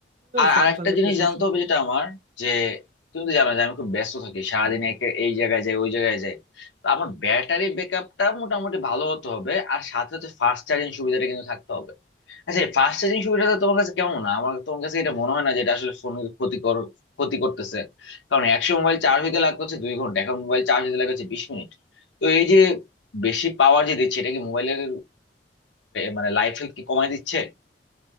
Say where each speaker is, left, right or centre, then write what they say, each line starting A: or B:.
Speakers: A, on the left; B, on the right.
A: আর
B: স্যামসাং
A: আরেকটা
B: এর
A: জিনিস
B: যে দুইশো
A: জানতে হবে যেটা আমার যে তুমি তো জানো যে আমি খুব ব্যস্ত থাকি সারাদিন একে এই জায়গায় যাই ওই জায়গায় যাই তো আমার ব্যাটারি ব্যাকআপটা মোটামুটি ভালো হতে হবে আর সাথে সাথে ফাস্ট চার্জিং সুবিধাটা কিন্তু থাকতে হবে আচ্ছা এই ফাস্ট চার্জিং সুবিধাটা তোমার কাছে কেমন না আমার তোমার কাছে এটা মনে হয় না যে এটা আসলে ফোন ক্ষতিকর ক্ষতি করতেছে কারণ একশো মোবাইল চার্জ হইতে লাগতো হচ্ছে দুই ঘন্টা এখন মোবাইল চার্জ হইতে লাগে হচ্ছে বিশ মিনিট তো এই যে বেশি পাওয়ার যে দিচ্ছে এটা কি মোবাইলের মানে লাইফ হেল্থ কি কমায় দিচ্ছে